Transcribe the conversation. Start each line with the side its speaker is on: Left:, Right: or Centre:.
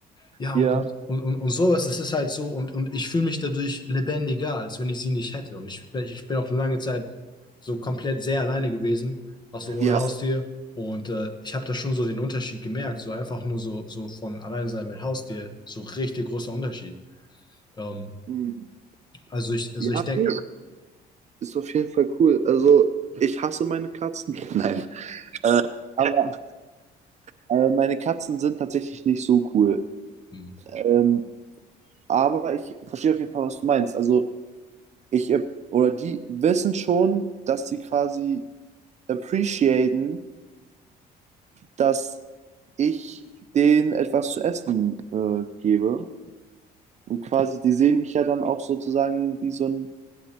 Left: Ja,
Right: Ja,
Left: und, und, und, und und sowas, das ist halt so, und, und ich fühle mich dadurch lebendiger, als wenn ich sie nicht hätte. Und ich, bin- ich bin auch eine lange Zeit so komplett sehr alleine gewesen, auch so ohne
Right: ja.
Left: Haustier. Und äh, ich habe da schon so den Unterschied gemerkt, so einfach nur so, so von alleine sein mit Haustier, so richtig großer Unterschied. Ähm,
Right: Hm.
Left: also ich, also
Right: Ja,
Left: ich denke,
Right: nee, ist auf jeden Fall cool. Also, ich hasse meine Katzen. <laughs> Nein. Äh, aber Äh, meine Katzen sind tatsächlich nicht so cool.
Left: <laughs>
Right: Ähm, aber ich verstehe auf jeden Fall, was du meinst. Also ich äh, oder die wissen schon, dass sie quasi appreciaten, dass ich denen etwas zu essen äh, gebe. Und quasi, die sehen mich ja dann auch sozusagen wie so ein,